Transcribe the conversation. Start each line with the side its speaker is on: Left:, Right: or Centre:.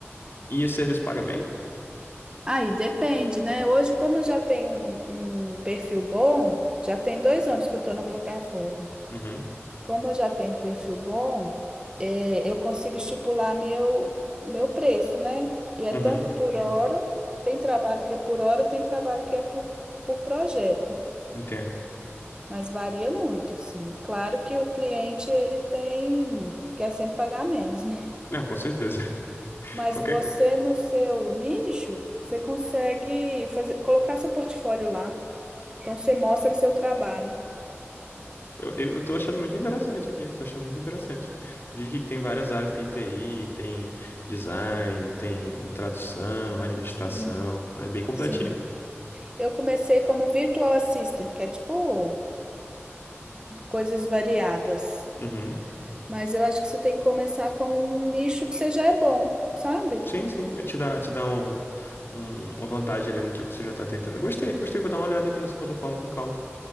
Left: E esse serviço paga bem?
Right: Aí depende, né? Hoje, como eu já tenho um, um perfil bom, já tem dois anos que eu estou na plataforma.
Left: Uhum,
Right: Como eu já tenho perfil bom, eh, eu consigo estipular meu, meu preço, né? E é
Left: uhum,
Right: tanto por hora, tem trabalho que é por hora, tem trabalho que é por, por projeto,
Left: entendo.
Right: mas varia muito, assim. E claro que o cliente, ele tem, quer sempre pagar menos, né? <laughs>
Left: Não, com certeza. <laughs>
Right: Mas
Left: Qualquer
Right: você,
Left: coisa.
Right: no seu nicho, você consegue fazer, colocar seu portfólio lá. Então, você mostra o seu trabalho.
Left: Eu, eu tô achando muito interessante aqui, eu tô achando muito interessante. Vi que tem várias áreas, tem TI, tem design, tem tradução, administração,
Right: Hum,
Left: é bem completinha.
Right: sim. Eu comecei como virtual assistant, que é tipo coisas variadas.
Left: Uhum.
Right: Mas eu acho que você tem que começar com um nicho que você já é bom, sabe?
Left: Sim, sim, é, te dá, te dá um, um- uma vantagem ali no que você já tá tentando. Gostei, gostei, vou dar uma olhada aqui nessa plataforma com calma.